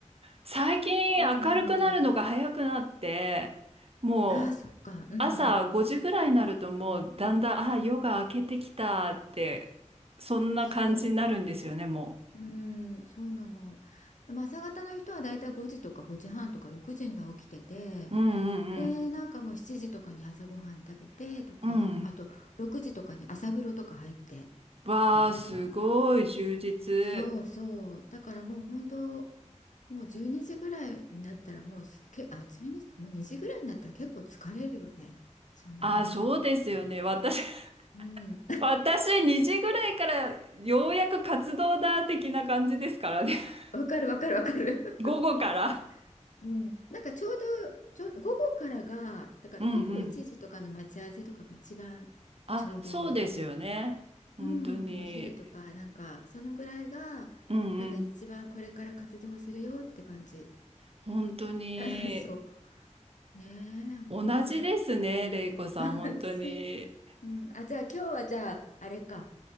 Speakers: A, on the right; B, on the left.
A: 最近明るくなるのが早くなって、
B: そうなのよ。
A: もう
B: ああ、そっか。うんうん。
A: 朝5時ぐらいになるともうだんだん、ああ、夜が明けてきたって、そんな感じになるんですよね、
B: そ
A: も
B: う。うーん、そうなの。でも朝方の人はだいたい5時とか5時半とか6時には起きてて、
A: う。うんうん
B: で、なんかもう7時とかに朝ごはん食べてとか、
A: うん。うん。
B: あと6時とかに朝風呂とか入って
A: わあ、
B: たりとか。
A: すごい充実。
B: そうそう。だからもう本当、もう12時ぐらいになったらもうす、け、あ、12もう2時ぐらいになったら結構疲れるよね。そんなに早く起きてたら。
A: ああ、そうですよね。私、<laughs>
B: うん。
A: 私2時ぐらいからようやく活動だ的な感じですからね。
B: <laughs>
A: <laughs>
B: わかるわかるわかる。
A: 午後から。
B: <laughs> うん。なんかちょうど、ちょうど午後からが、だから午後1時とかの待ち合わせとかが一番ちょうどいい。
A: うんうん。あ、そうですよね。本当に。
B: うん。お昼とか、なんかそのぐらいが、
A: うんうん。
B: なんか一番これから活動するよって感じ。
A: 本当に。
B: <laughs> そう。ねえ、本当なんだっけ。
A: 同じですね、レイコさん、
B: <laughs>
A: 本当に。
B: 私うん、あ、じゃあ今日はじゃああれか、